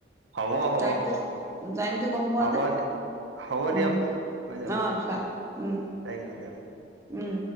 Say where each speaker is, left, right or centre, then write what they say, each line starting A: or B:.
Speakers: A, on the right; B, on the right.
A: হ'ব হ'ব
B: টাইমটো টাইমটো গম পোৱা
A: হ'ব
B: নে?
A: হ'ব
B: উম,
A: দিয়ক হৈ যাব
B: অ', আচ্ছা। উম।
A: তাইক দি দিয়া
B: উম।